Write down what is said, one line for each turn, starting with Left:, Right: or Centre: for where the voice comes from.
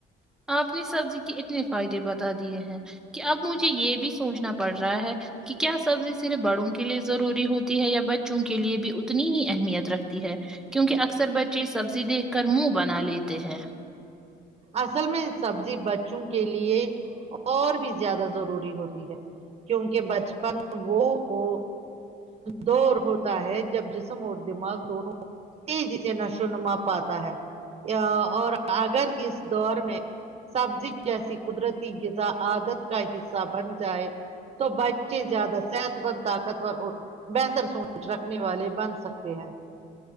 Centre: آپ نے سبزی کے اتنے فائدے بتا دیے ہیں کہ اب مجھے یہ بھی سوچنا پڑ رہا ہے کہ کیا سبزی صرف بڑوں کے لیے ضروری ہوتی ہے یا بچوں کے لیے بھی اتنی ہی اہمیت رکھتی ہے کیونکہ اکثر بچے سبزی دیکھ کر منہ بنا لیتے ہیں
Right: اصل میں سبزی بچوں کے لیے اور بھی زیادہ ضروری ہوتی ہے کیونکہ بچپن وہ وہ دور ہوتا ہے جب جس اور دماغ دونوں تیزی سے نشو نما پاتا ہے اور اگر اس دور میں سبزی جیسی قدرتی غذا عادت کا حصہ بن جائے تو بچے زیادہ صحت مند طاقتور اور بہتر سوچ رکھنے والے بن سکتے تی ہے